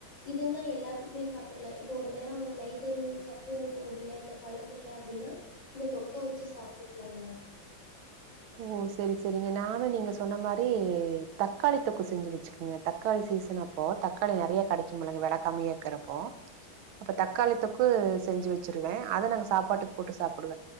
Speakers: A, on the left; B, on the right.
A: இதுன்னா எல்லாத்துக்குமே சாப்ட்டுக்கலா இப்ப ஒரு நேரோ நைட்டு <unintelligible> வைக்க முடியல இல்ல கொழம்பு இல்ல அப்டின்னா இந்த தொக்க வச்சு சாப்ட்டுக்களாங்கா
B: ஓ செரி செரிங்க நானு நீங்க சொன்ன மாரி தக்காளி தொக்கு செஞ்சு வச்சுக்கோங்க தக்காளி சீசன் அப் அப்போ தக்காளி நெறைய கெடைக்குமுலங்க வெல கம்மியா இருக்குறப்போ அப்ப தக்காளி தொக்கு செஞ்சு வச்சுருவே அத நாங்க சாப்பாட்டுக்கு போட்டு சாப்டுவே